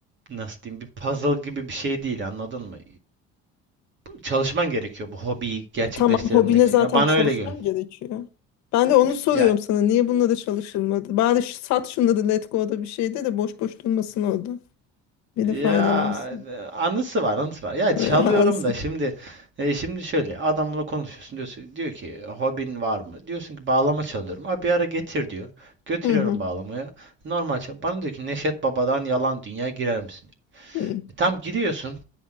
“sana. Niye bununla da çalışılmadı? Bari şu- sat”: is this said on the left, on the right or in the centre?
Left